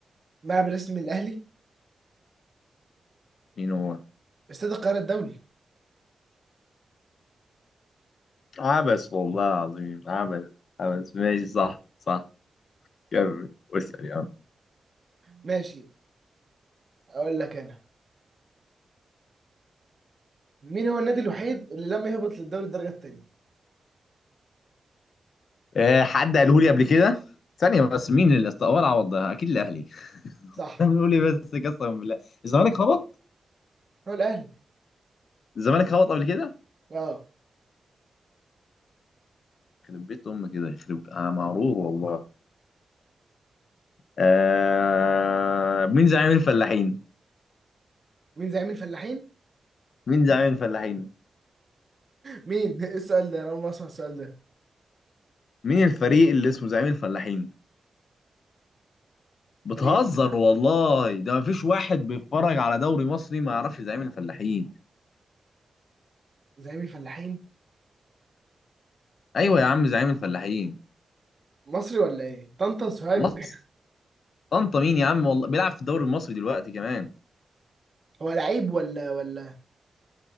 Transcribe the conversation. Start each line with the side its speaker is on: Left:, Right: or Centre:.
Right: ملعب الرسمي الاهلي
Left: مين هو
Right: استاد القاهره الدولي
Left: عبس والله العظيم عبس عبس ماشي صح صح كمل واسال يا عم
Right: ماشي اقول لك انا مين هو النادي الوحيد اللي لم يهبط للدوري الدرجه الثانيه
Left: آه، حد قاله لي قبل كده ثانية بس مين اللي استقبل عوض ده؟ أكيد الأهلي
Right: صح
Left: <laughs> بنقول لي بس قسما بالله الزمالك هبط؟
Right: هو الاهلي
Left: الزمالك هبط قبل كده؟
Right: اه
Left: يخرب بيت أمك كده يخرب أنا مغرور والله آه... مين زعيم الفلاحين؟
Right: مين زعيم الفلاحين
Left: مين زعيم الفلاحين؟
Right: مين <laughs> ايه السؤال ده انا اول مره اسمع السؤال ده
Left: مين الفريق اللي اسمه زعيم الفلاحين؟ بتهزر
Right: فريق اسمه
Left: والله ده مفيش واحد بيتفرج على دوري مصري ما يعرفش زعيم الفلاحين
Right: زعيم الفلاحين
Left: أيوه يا عم زعيم الفلاحين
Right: مصري ولا ايه طنطا سوهاج
Left: مصر
Right: <laughs>
Left: طنطا مين يا عم والله بيلعب في الدوري المصري دلوقتي كمان
Right: هو لعيب ولا ولا